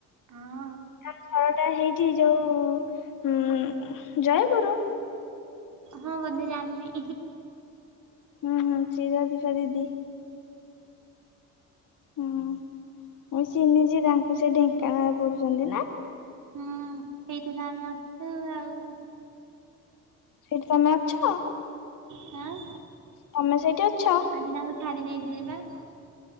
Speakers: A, on the right; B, on the left.
A: ହଁ
B: ତମ୍ ଘରଟା ହେଇଛି ଯୋଉ ଉ ଜୟପୁର
A: ହଁ ବଧେ ଜାନି
B: ହୁଁ ହଁ ଚିର ଦିପା ଦିଦି ହଁ ମୁଇଁ ଚିହ୍ନିଛି ତାଙ୍କୁ ସେ ଢେଙ୍କାନାଳ ପଡୁଛନ୍ତି ନା
A: ହୁଁ ସେଇଠିତ ଆମେ ଆଛୁ ଆଉ
B: ସେଇଠି ତମେ ଅଛ
A: ହଁ
B: ତମେ ସେଇଠି ଅଛ
A: ଆଜି ତାଙ୍କୁ ଛାଡି ନେଇଥିଲି ବା